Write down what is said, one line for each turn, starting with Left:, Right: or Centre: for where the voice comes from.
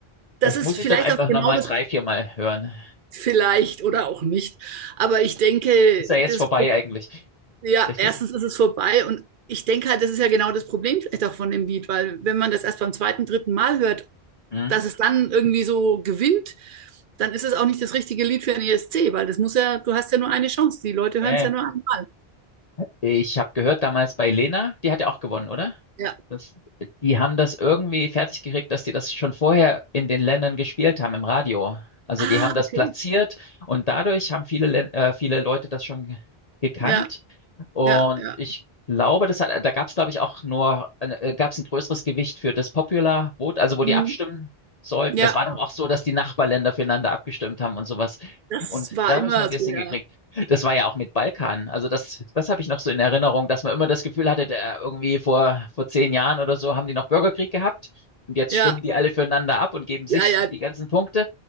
Right: das
Left: vielleicht
Right: ist
Left: muss
Right: vielleicht
Left: ich das einfach
Right: auch genau
Left: nochmal
Right: das,
Left: drei, viermal hören.
Right: vielleicht oder auch nicht. Aber ich denke,
Left: Ist ja jetzt
Right: das,
Left: vorbei eigentlich.
Right: ja,
Left: Vielleicht,
Right: erstens ist es vorbei und ich denke halt, das ist ja genau das Problem vielleicht auch von dem Lied, weil wenn man das erst beim zweiten, dritten Mal hört,
Left: hm?
Right: dass es dann irgendwie so gewinnt, dann ist es auch nicht das richtige Lied für den ESC, weil das muss ja, du hast ja nur eine Chance. Die Leute
Left: Ja,
Right: hören
Left: ja.
Right: es ja nur einmal.
Left: Ich habe gehört, damals bei Lena, die hat ja auch gewonnen, oder?
Right: Ja.
Left: Das, die haben das irgendwie fertig gekriegt, dass die das schon vorher in den Ländern gespielt haben im Radio. Also
Right: Ah,
Left: die haben das
Right: okay.
Left: platziert und dadurch haben viele, Län- äh, viele Leute das schon ge- gekannt
Right: Ja,
Left: und
Right: ja, ja.
Left: ich glaube, das hat, da gab es, glaube ich, auch nur, äh, gab es ein größeres Gewicht für das Popular Vote, also wo
Right: Hm.
Left: die abstimmen sollten.
Right: Ja,
Left: Das war doch auch so, dass die Nachbarländer füreinander abgestimmt haben und sowas.
Right: das
Left: Und
Right: war
Left: dadurch
Right: immer
Left: haben wir
Right: so,
Left: es hingekriegt.
Right: ja.
Left: Das war ja auch mit Balkan. Also das, das habe ich noch so in Erinnerung, dass man immer das Gefühl hatte, der, irgendwie vor, vor zehn Jahren oder so haben die noch Bürgerkrieg gehabt und jetzt
Right: Ja,
Left: stimmen die alle füreinander ab und geben sich
Right: ja, ja,
Left: die ganzen Punkte.